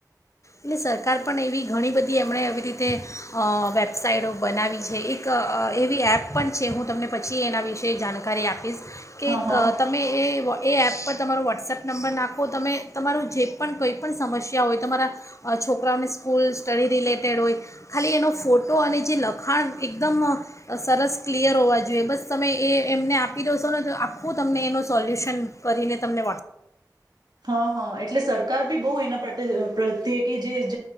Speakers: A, on the left; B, on the right.
A: એટલે સરકાર પણ એવી ઘણી બધી એમણે એવી રીતે વેબસાઇટો બનાવી છે એક એવી એપ પણ છે હું તમને પછી એના વિશેે જાણકારી આપીશ કે
B: હા હા
A: તમે એ વ એ એપ પર તમારોું વોટ્સએપ નંબર નાખો તમે તમારું જે પણ કોઈ પણ સમસ્યા હોય તમારા છોકરાઓને સ્કૂલ સ્ટડી રિલેટેડ હોય ખાલી એનો ફોટો અને જે લખાણ એકદમ સરસ ક્લિયર હોવા જોઈએ બસ તમે એ એમને આપી દો છો ને તો આખું તમને એનું સોલ્યુશન કરીને તમને વાટ
B: હા હા એટલે સરકાર બી બહુ એના પ્રત્યે કે જે